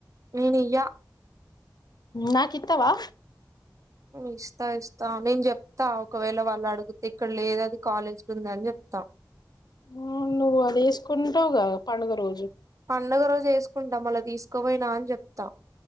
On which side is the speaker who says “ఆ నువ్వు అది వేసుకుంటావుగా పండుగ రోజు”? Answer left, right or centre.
Left